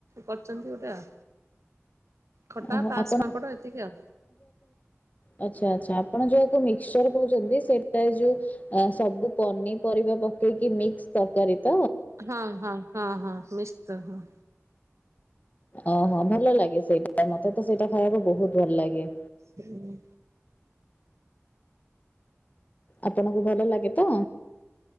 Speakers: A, on the right (about 85°); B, on the left (about 35°).
A: କରିଛନ୍ତି ଗୋଟେ ଆଉ। ଖଟା
B: ଓହୋ
A: ପାସ୍
B: ଆପଣ
A: ପାମ୍ପଡ଼ ଏତିକି ଆଉ
B: ଆଚ୍ଛା ଆଚ୍ଛା ଆପଣ ଯ ମିକ୍ସଚର କହୁଛନ୍ତି ସେଟା ଯୋଉ ସବୁ ପନିପରିବା ପକେଇକି ମିକ୍ସ ତରକାରୀ ତ
A: ହଁ ହଁ। ହଁ ହଁ ମିସ୍ତ ହଁ
B: ଓହୋ। ଭଲ ଲାଗେ ସେଇଟା ମତେ ତ ସେଇଟା ଖାଇବାକୁ ବହୁତ ଭଲ ଲାଗେ
A: ହୁଁ ହୁଁ,
B: ଆପଣଙ୍କୁ ଭଲ ଲାଗେ ତ?